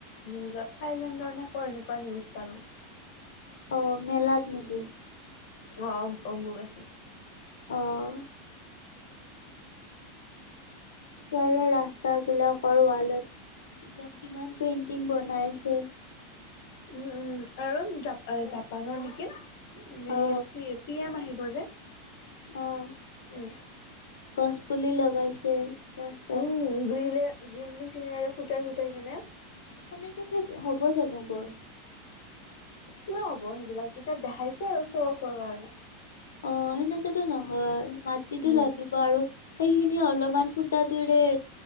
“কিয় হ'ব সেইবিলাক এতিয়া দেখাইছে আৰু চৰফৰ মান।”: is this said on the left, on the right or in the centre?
Left